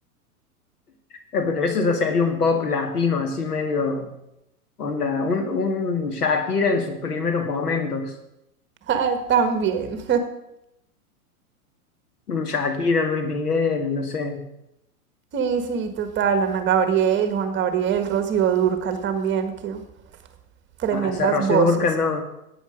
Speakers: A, on the left (about 85°); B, on the right (about 25°).
A: Eh, pero eso ya sería un pop latino, así medio onda, un, un Shakira en sus primeros momentos.
B: <laughs> Ah, También.
A: Un Shakira, Luis Miguel, no sé.
B: Sí, sí, total. Ana Gabriel, Juan Gabriel, Rocío Dúrcal también, que tremendas
A: A, a esa Rocío
B: voces.
A: Dúrcal no.